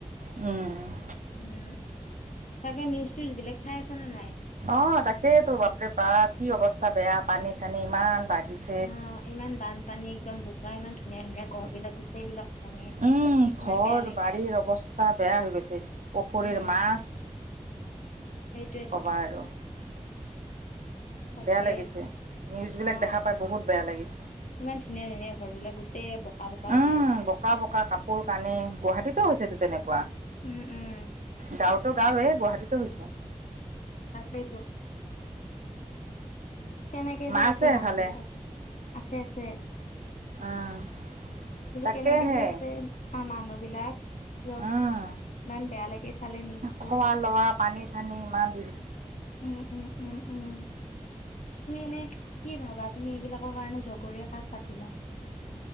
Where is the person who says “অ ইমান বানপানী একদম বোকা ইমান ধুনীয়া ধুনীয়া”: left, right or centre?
Left